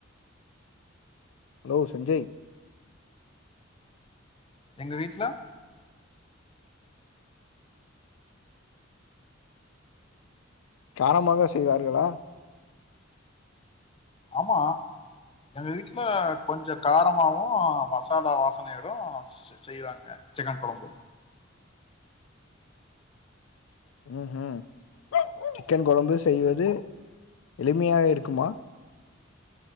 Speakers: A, on the left (about 80°); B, on the left (about 25°).
A: ஹலோ சஞ்சய்
B: எங்க வீட்ல
A: காரமாக செய்வார்களா
B: ஆமா எங்க வீட்ல கொஞ்சோ காரமாவு மசாலா வாசனையிலு செய்வாங்க சிக்கன் கொழம்பு
A: ம் ம் சிக்கன் கொழம்பு செய்வது எளிமையா இருக்குமா